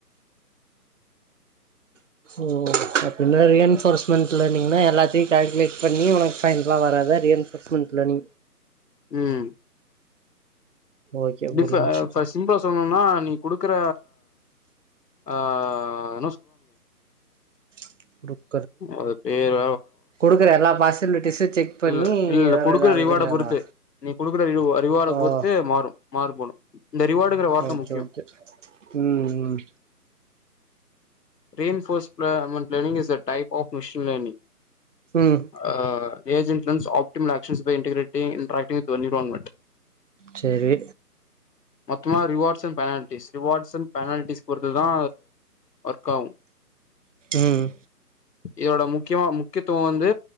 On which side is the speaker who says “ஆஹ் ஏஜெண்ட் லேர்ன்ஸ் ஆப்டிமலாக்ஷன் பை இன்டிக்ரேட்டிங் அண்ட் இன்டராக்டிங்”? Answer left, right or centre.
Left